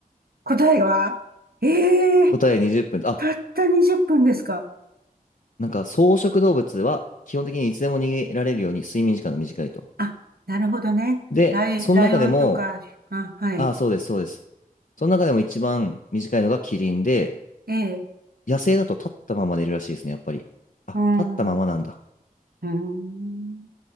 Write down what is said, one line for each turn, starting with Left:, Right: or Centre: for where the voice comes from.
Right: 答えはええ、
Left: 答え20分。あ、
Right: たった20分ですか
Left: なんか草食動物は基本的にいつでも逃げられるように睡眠時間が短いと。
Right: あ、なるほどね。
Left: で、
Right: ライ、
Left: その中でも、
Right: ライオンとか、あ、はい。
Left: あ、そうです、そうです。その中でも一番短いのがキリンで、
Right: ええ、
Left: 野生だと立ったまま寝るらしいですね、やっぱり。あ、
Right: うーん、
Left: 立ったままなんだ。
Right: うーん、